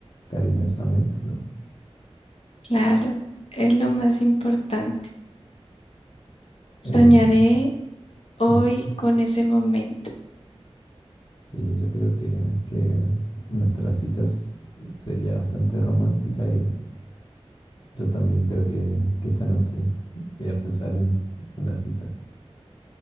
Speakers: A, on the left; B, on the left.
A: cariñosamente, ¿no?
B: Claro, es lo más importante. Soñaré
A: Em,
B: hoy
A: <laughs>
B: con ese momento.
A: sí, yo creo que, que nuestras citas sería bastante romántica y Yo también creo que, que esta noche voy a pensar en, en la cita.